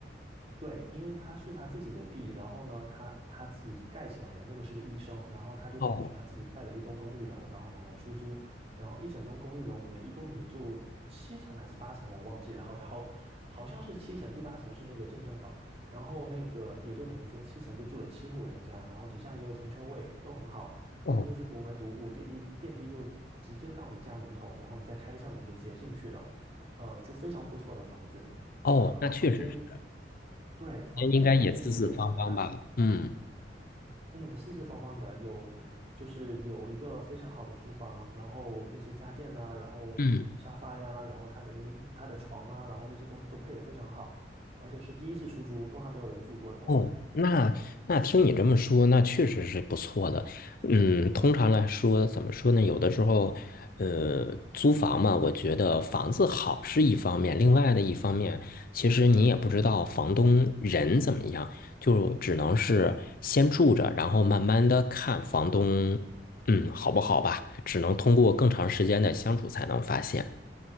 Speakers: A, on the right (about 35°); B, on the left (about 55°).
A: 对，因为他是他自己的地，然后呢，他他自己盖起来的，那个是个医生，然后他就等于说他自己盖了一栋公寓楼，
B: 哦
A: 然后拿来出租，然后一整栋公寓楼里面一共也就七层还是八层，我忘记了，好好好像是七层，第八层是那个健身房，然后那个也就等于说七层就住了七户人家，然后底下也有停车位，都很好，然后又是独门独户，
B: 哦
A: 电梯电梯就直接到你家门口，然后你再开一扇门就直接进去了，呃，就非常不错的房子。
B: 哦，
A: 呃，
B: 那确实是，
A: 房间对，房间的空间也非常的大，
B: 应该也四四方方吧？嗯
A: 嗯，四四方方的，有就是有一个非常好的厨房，然后那些家电呐、然后沙发呀，
B: 嗯。
A: 然后它的你它的床啊，然后那些东西都配得非常好，而且是第一次出租，都还没有人住过的房子。
B: 哦，那那听你这么说，那确实是不错的。嗯，通常来说，怎么说呢？有的时候，呃，租房嘛，我觉得房子好是一方面，另外的一方面，其实你也不知道房东人怎么样，就只能是先住着，然后慢慢的看房东，嗯，好不好吧？只能通过更长时间的相处才能发现。